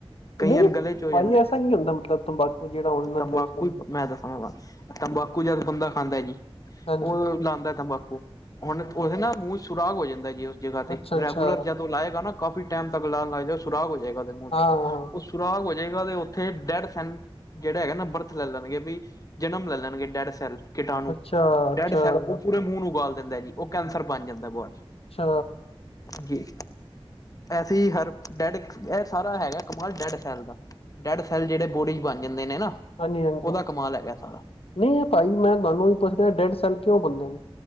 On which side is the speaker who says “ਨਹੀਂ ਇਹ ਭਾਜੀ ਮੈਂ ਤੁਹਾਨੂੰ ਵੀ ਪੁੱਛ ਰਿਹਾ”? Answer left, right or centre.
Left